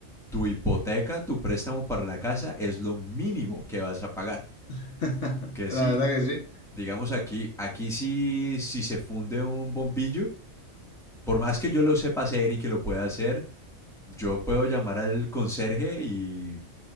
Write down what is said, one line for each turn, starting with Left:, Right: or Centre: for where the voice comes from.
Centre: tu hipoteca, tu préstamo para la casa es lo mínimo que vas a pagar.
Left: <laughs>
Centre: Que
Left: La
Centre: sí,
Left: verdad que sí,
Centre: digamos aquí, aquí sí, si se funde un bombillo, por más que yo lo sepa hacer y que lo pueda hacer, yo puedo llamar al conserje y